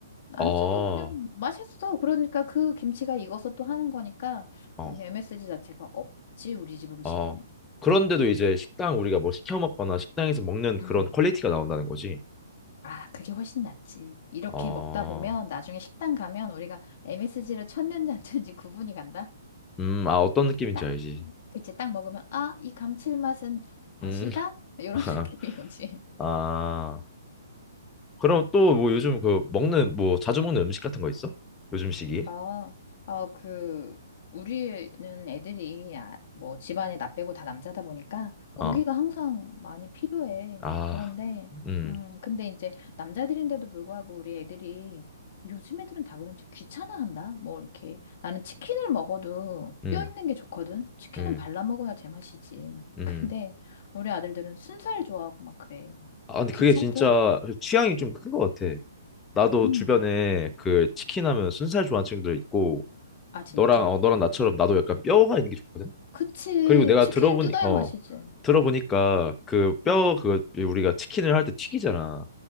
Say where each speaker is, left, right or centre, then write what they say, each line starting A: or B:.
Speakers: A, on the left; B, on the left.
A: 안
B: 아,
A: 써도 그냥 맛있어. 그러니까 그 김치가 익어서 또 하는 거니까
B: 어.
A: 그냥 MSG 자체가 없지, 우리 집 음식에는.
B: 아, 그런데도 이제 식당 우리가 뭐 시켜 먹거나 식당에서 먹는
A: 음.
B: 그런 퀄리티가 나온다는 거지.
A: 아, 그게 훨씬 낫지. 이렇게
B: 아,
A: 먹다 보면 나중에 식당 가면 우리가 MSG를 쳤는지 안 쳤는지 구분이 간다.
B: 음, 아, 어떤 느낌인지
A: 딱,
B: 알지.
A: 그치, 딱 먹으면 아, 이 감칠맛은 다시다?
B: 음,
A: 이런
B: <laughs>
A: <laughs> 느낌이 오지.
B: 아, 그럼 또 뭐 요즘 그 먹는 뭐 자주 먹는 음식 같은 거 있어? 요즘 시기에?
A: 아, 아, 그, 우리는 애들이, 아, 뭐, 집안에 나 빼고 다 남자다 보니까 고기가
B: 어,
A: 항상 많이 필요해.
B: 아,
A: 그런데,
B: 음,
A: 음, 근데 이제 남자들인데도 불구하고 우리 애들이 요즘 애들은 다 그런지 귀찮아한다? 뭐, 이렇게. 나는 치킨을 먹어도
B: 음,
A: 뼈 있는 게 좋거든? 치킨은
B: 음,
A: 발라 먹어야 제맛이지.
B: 음.
A: <laughs> 근데 우리 아들들은 순살 좋아하고 막 그래.
B: 아, 근데
A: 귀찮대.
B: 그게 진짜 취향이 좀 큰 것 같아. 나도
A: 음.
B: 주변에 그 치킨 하면 순살 좋아하는 친구들 있고,
A: 아, 진짜?
B: 너랑, 어, 너랑 나처럼 나도 약간 뼈가 있는 게 좋거든?
A: 그치.
B: 그리고 내가
A: 치킨은
B: 들어보니
A: 뜯어야
B: 어
A: 맛이지.
B: 들어보니까 그 뼈
A: 음.
B: 그 우리가 치킨을 할 때 튀기잖아.